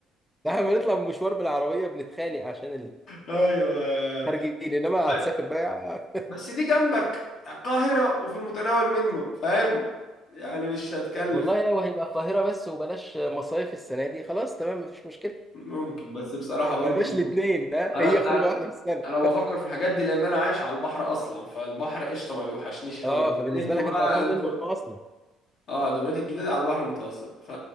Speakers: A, in the centre; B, on the left (about 55°).
A: ده احنا بنطلع من مشوار بالعربيه بنتخانق عشان
B: ايوه
A: الخارجين انما
B: ب-
A: هتسافر بقى
B: بس دي جنبك القاهرة وفي المتناول منه فاهم يعني مش هتكلف
A: <laughs> والله لو هيبقى القاهره بس وبلاش مصايف السنه دي خلاص تمام مفيش مشكله
B: ممكن بس بصراحة برضو
A: ما بقاش
B: انتم
A: الاثنين لا
B: انا
A: هي
B: انا
A: خروجه واحده في السنه
B: انا بفكر في الحاجات دي لان انا عايش على البحر اصلا فالبحر قشطة ما بيوحشنيش قوي
A: اه
B: لكن
A: فبالنسبه
B: انتوا
A: لك
B: بقى
A: انت قرفان
B: انتوا
A: منه اصلا
B: اه دمياط الجديدة دي على البحر المتوسط ف